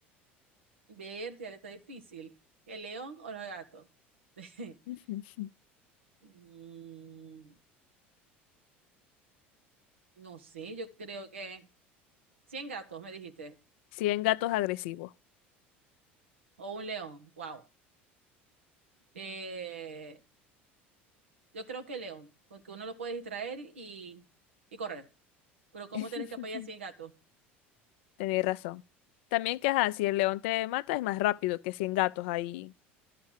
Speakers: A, on the right; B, on the left.
A: Ver, ya está difícil. ¿El león o los gatos? <laughs>
B: <laughs>
A: Mm, no sé, yo creo que 100 gatos, me dijiste.
B: Cien gatos agresivos.
A: O un león, wow. Eh, yo creo que león, porque uno lo puede distraer y, y correr. Pero ¿cómo
B: <laughs>
A: tenés que apoyar 100 gatos?
B: Tenéis razón. También que, ajá, si el león te mata es más rápido que 100 gatos ahí